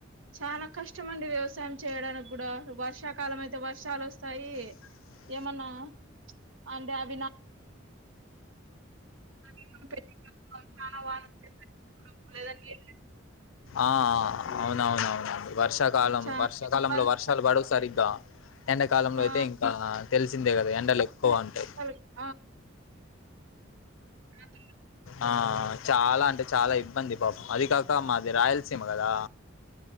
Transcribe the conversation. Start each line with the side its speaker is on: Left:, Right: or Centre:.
Right: చానా కష్టమండి వ్యవసాయం చేయడానిగ్గూడా వర్షాకాలమయితే వర్షాల్ ఒస్తాయి
Left: అ
Right: ఏమన్నా అంటే అవి నా <inaudible> చానా వా <inaudible> ఏద నీ
Left: ఆ అ అవునవునవునండి వర్ష కాలం
Right: చాలా
Left: వర్షాకాలంలో
Right: ఇబ్బంది
Left: వర్షాలు బడువు సరిగ్గా ఎండకాలంలో
Right: ఆ
Left: అయితే ఇంకా తెలిసిందే గద ఎండల్ ఎక్కువ అంటాయి
Right: సలి అ <inaudible>
Left: ఆ చాలా అంటే చాలా ఇబ్బంది పాపు అది కాక మాది రాయలసీమ గదా